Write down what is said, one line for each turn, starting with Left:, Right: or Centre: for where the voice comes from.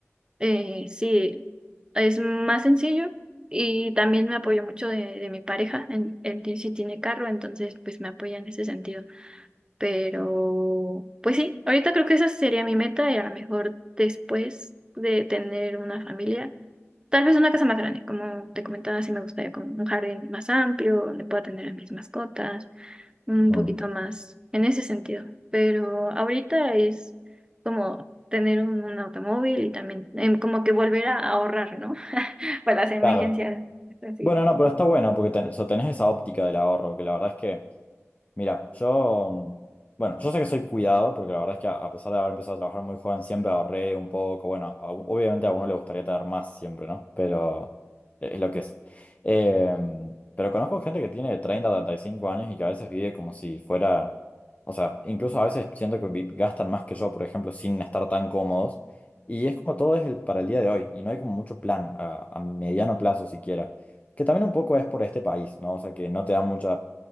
Right: eh, sí, es más sencillo y también me apoyo mucho de, de mi pareja. En, en ti sí tiene carro, entonces pues me apoya en ese sentido. Pero pues sí, ahorita creo que esa sería mi meta y a lo mejor después de tener una familia, tal vez una casa más grande, como te comentaba, sí me gustaría con un jardín más amplio donde pueda tener a mis mascotas un
Left: Mm,
Right: poquito más en ese sentido. Pero ahorita es como tener un, un automóvil y también em, como que volver a ahorrar, ¿no? <laughs> Para las emergencias.
Left: claro.
Right: Así.
Left: Bueno, no, pero está bueno porque ten- o sea, tenés esa óptica del ahorro, que la verdad es que Mira, yo, mm, bueno, yo sé que soy cuidado, porque la verdad es que a a pesar de haber empezado a trabajar muy joven, siempre ahorré un poco. Bueno, a- obviamente a uno le gustaría tener más siempre, ¿no? Pero e, es lo que es. Eh, pero conozco gente que tiene treinta, treinta y cinco años y que a veces vive como si fuera, o sea, incluso a veces siento que vi- gastan más que yo, por ejemplo, sin estar tan cómodos. Y es como todo es el, para el día de hoy, y no hay como mucho plan a, a mediano plazo siquiera. Que también un poco es por este país, ¿no? O sea, que no te da mucha